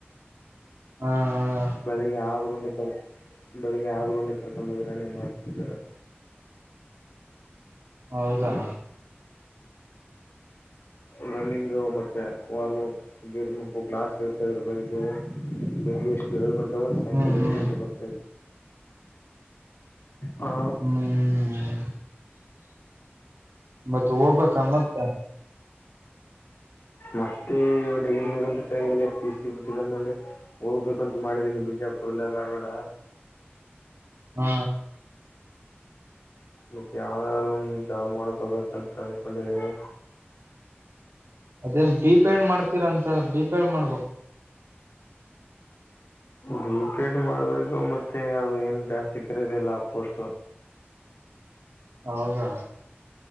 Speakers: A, on the right; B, on the left.
A: ಹಾ ಹಾ
B: ಬೆಳಿಗ್ಗೆ ಆಗರುಂಡಿ ಕರ್ ಬೆಳಿಗ್ಗೆ ಆಗರುಂಡಿ ಕರ್ಕೊಂಡ ಹೋಗಿ ರನ್ನಿಂಗ್ ಮಾಡ್ಸದ್ದಾರೆ
A: ಹೌದಾ
B: ಹ್ಮ್ ರನ್ನಿಂಗ್ ಮತ್ತೆ ವಾರ್ ಗಿರ್ಮಪ್ಪು ಕ್ಲಾಸ್ ಹ ಇರ್ತಾದ್ರೆ ಬೆಳಗ್ ಬೆಳಗ್ ಎಷ್ಟು ಏಳು ಗಂಟೆವರೆ ಸಾಯಂಕಾಲ
A: ಹ್ಮ್
B: ಏಳು ಗಂಟೆ ಬರ್ ಹಾ
A: ಹ್ಮ್ ಮತ್ತ ಹೋಗ್ಬ ಮತ್ತೆ
B: ಮತ್ತೆ ಡಿಗ್ರಿ ಬಿಸಿ ಬಿಟ್ಟೇಲೆ ಹೋಗ್ಬೇಕಂತ ಮಾಡಿದೀನಿ ಬಿಜಾಪುರ್ಲ್ಲ ಧಾರ್ವಾಡ
A: ಹ್ಮ
B: ಮತ್ತ ಯಾವಾದ್ ಒಂದ ಜಾಬ್ ಮಾಡಕೊಬೇಕಂತ ಅನ್ಕೊಂಡಿದೀನಿ
A: ಅದೇ ಬಿ ಪೇಡ್ ಮಾಡ್ತೀರ ಅಂತಾರ ಬಿ ಪೇಡ್ ಮಾಡ್ಬೋ
B: ಬಿ ಪೆಡ್ ಮಾಡ್ಬೇಕು ಮತ್ತೆ ಅದು ಏನು ಜಾಸ್ತಿ ಕಖರೀದಿಲ್ಲ ಆ ಪೋಸ್ಟ್
A: ಹೌದಾ